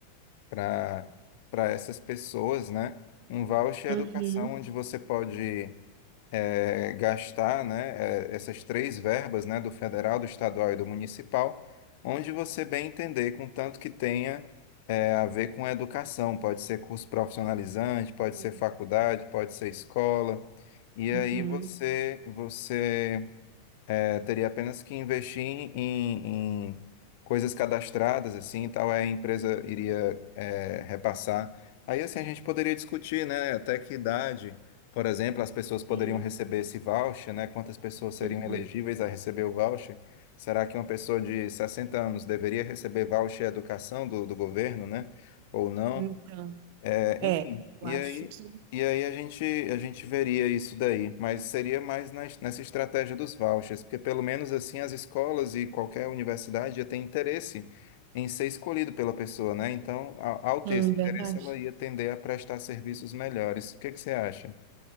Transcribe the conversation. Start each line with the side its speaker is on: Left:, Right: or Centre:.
Left: para para essas pessoas, né? Um voucher é
Right: Uhum.
Left: educação onde você pode é, gastar, né? é, essas três verbas, né? Do federal, do estadual e do municipal, onde você bem entender, contanto que tenha é, a ver com a educação. Pode ser curso profissionalizante, pode
Right: Sim.
Left: ser faculdade, pode ser escola. E aí
Right: Uhum.
Left: você você é, teria apenas que investir em, em coisas cadastradas, assim, e tal, aí a empresa iria, é, repassar. Aí, assim, a gente poderia discutir, né, até que idade, por exemplo, as pessoas poderiam
Right: Sim.
Left: receber esse voucher, né, quantas pessoas seriam
Right: Uhum.
Left: elegíveis a receber o voucher. Será que uma pessoa de 60 anos deveria receber voucher educação do, do governo, né, ou não?
Right: Então,
Left: É,
Right: é,
Left: enfim,
Right: eu
Left: e
Right: acho
Left: aí,
Right: que
Left: e aí a gente, a gente veria isso daí, mas seria mais na, nessa estratégia dos vouchers, porque pelo menos assim as escolas e qualquer universidade ia ter interesse em ser escolhido pela pessoa, né? Então, a- ao ter
Right: sim,
Left: esse
Right: verdade.
Left: interesse, ela ia tender a prestar serviços melhores. O que que você acha?